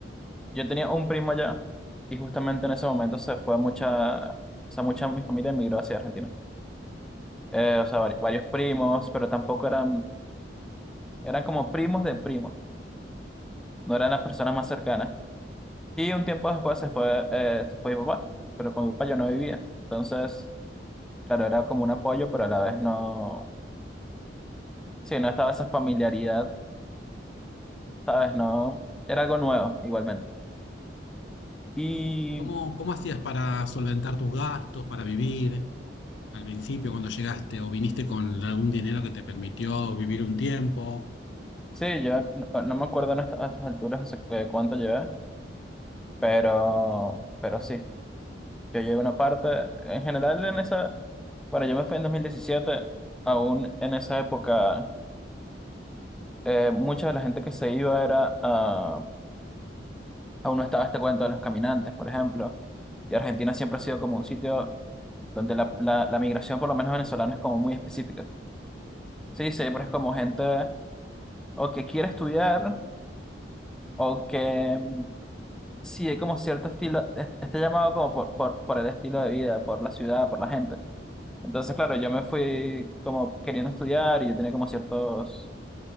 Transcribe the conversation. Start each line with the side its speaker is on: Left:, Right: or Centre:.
Centre: yo tenía un primo allá y justamente en ese momento se fue mucha, o sea, mucha de mi familia emigró hacia Argentina. Eh, o sea, vari- varios primos, pero tampoco eran, eran como primos de primos, no eran las personas más cercanas. Y un tiempo después se fue, eh, se fue mi papá, pero con mi papá yo no vivía. Entonces, claro, era como un apoyo, pero a la vez no, sí, no estaba esa familiaridad, ¿sabes? No, era algo nuevo igualmente. Y
Left: ¿Cómo, cómo hacías para solventar tus gastos, para vivir al principio cuando llegaste o viniste con algún dinero que te permitió vivir un tiempo?
Centre: sí, yo no, no me acuerdo en esta- a estas alturas hace cu- eh, cuánto llevé, pero, pero sí, yo llegué una parte, en general en esa, bueno, yo me fui en 2017 aún en esa época, eh, mucha de la gente que se iba era ah, Aún no estaba este cuento de los caminantes, por ejemplo. Y Argentina siempre ha sido como un sitio donde la, la- la migración, por lo menos venezolana, es como muy específica. Sí, siempre es como gente o que quiere estudiar o que mm, sí hay como cierto estilo, es- está llamado como por, por, por el estilo de vida, por la ciudad, por la gente. Entonces, claro, yo me fui como queriendo estudiar y yo tenía como ciertos